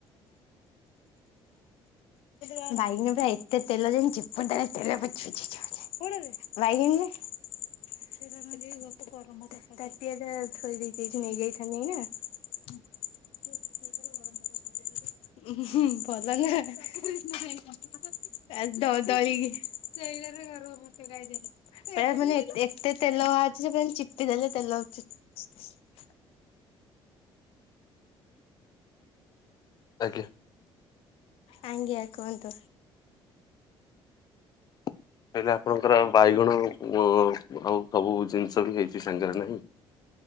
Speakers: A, on the left; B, on the left.
A: <unintelligible> <unintelligible> <unintelligible> ହ <unintelligible> <unintelligible> <unintelligible> <unintelligible>
B: ଆଜ୍ଞା।
A: ଆଜ୍ଞା କୁହନ୍ତୁ।
B: ମୁଁ କହିଲି ଆପଣଙ୍କର ବାଇଗଣ ଆଉ ସବୁ ଜିନିଷ ବି ହେଇଛି ସାଙ୍ଗରେ ନା?